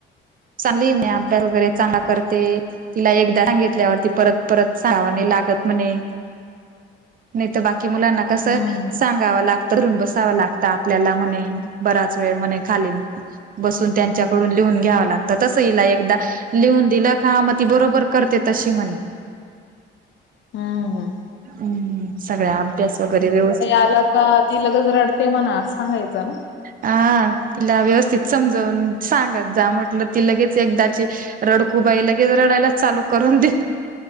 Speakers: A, on the right (about 45°); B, on the left (about 65°).
A: चांगली <unintelligible> अभ्यास वगैरे चांगला करते. तिला एकदा सांगितल्यावरती परत परत सांगाव लागत म्हणे नाही तर बाकी मुलांना कस
B: हम्म
A: सांगावं लागत <unintelligible> बसावा लागत आपल्याला म्हणे, बराच वेळ म्हणे खाली बसून त्यांच्याकडून लिहून घ्यावं लागत. तस हला एकदा लिहून दिलं, का मग ती बरोबर करते तशी म्हणे
B: हम्!
A: हम्म सगळ्या अभ्यास वगैरे व्यवस्थित,
B: आलं का ती लगेच रडते म्हणा असं सांगायचं ना
A: हा तिला व्यवस्थित समजवून सांगत जा म्हटलं ती लगेच एकदाची रडखूबाई लगेच रडायला चालू करूनदे.